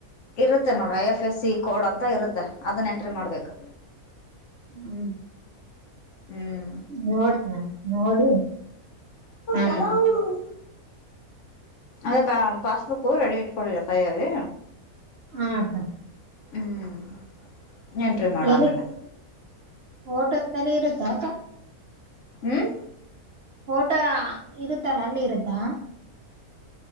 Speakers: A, on the left; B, on the right.
A: ಇರುತ್ತೆ ನೋಡ್ರ್ I F S C code ಅಂತ ಇರುತ್ತೆ ಅದನ್ನ್ ಎಂಟ್ರಿ ಮಾಡ್ಬೇಕ್
B: ಹ್ಮ್
A: ಹ್ಮ್
B: ನೋಡ್ತೇನ್ ನೋಡಿ ಮಾಡ್ತೀನ್
A: ಹ್ಮ್ ಅದೇ <unintelligible> ಪಾಸ್ಬುಕ್ ರೆಡಿ ಇಟ್ಕೊಂಡಿರು ಕೈಯಲ್ಲಿ
B: ಹ ಅಕ್ಕ
A: ಹ್ಮ್ ಎಂಟ್ರಿ ಮಾಡ
B: <unintelligible>
A: ಆಮೇಲೆ
B: ಓಟುತ್ತಲೆ ಇರುತ್ತ ಅಕ
A: ಹ್ಮ್
B: ಓಟ ಇರುತ್ತಲ್ಲ ಅಲ್ಲಿ ಇರುತ್ತಾ